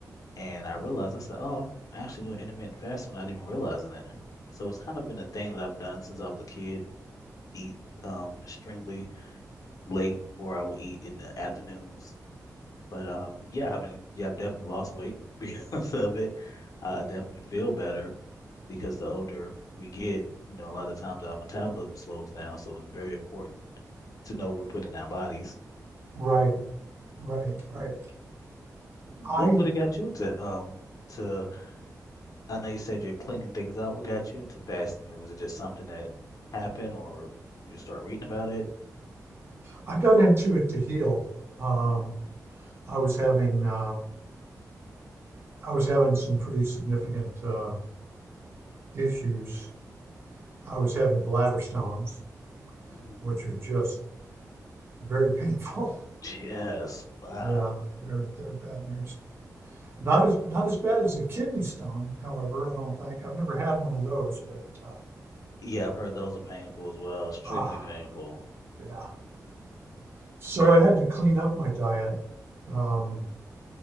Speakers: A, on the left; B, on the right.
A: and I realized I said, "Oh, I'm actually doing intermittent fasting without even realizing it." So it's kind of been a thing that I've done since I was a kid. Eat um extremely late, or I will eat in the afternoons. But um, yeah, I mean, yeah, I've definitely lost weight <laughs> because of it. I definitely feel better because the older we get, you know, a lot of times our metabolism slows down, so it's very important to know we're putting in our bodies.
B: Right, right, right.
A: What
B: I,
A: would have got you into um to I know you said you're cleaning things out. What got you into fasting? Was it just something that happened or you just start reading about it?
B: I got into it to heal. Um,
A: Mhm.
B: I was having, uh, I was having some pretty significant, uh, issues.
A: Mhm.
B: I was having bladder stones,
A: Mm.
B: which are just very painful. <laughs>
A: Yes. Wow.
B: Yeah, they're, they're bad news. Not as not as bad as a kidney stone, however. I don't think I've never had one of those, but uh,
A: Yeah, I've heard those are painful as well, extremely
B: ah,
A: painful.
B: yeah. So I had to clean up my diet. Um,